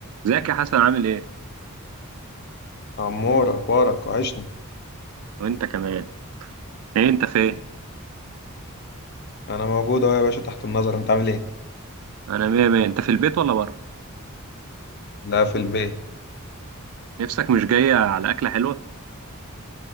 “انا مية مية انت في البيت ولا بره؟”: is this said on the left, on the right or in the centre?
Right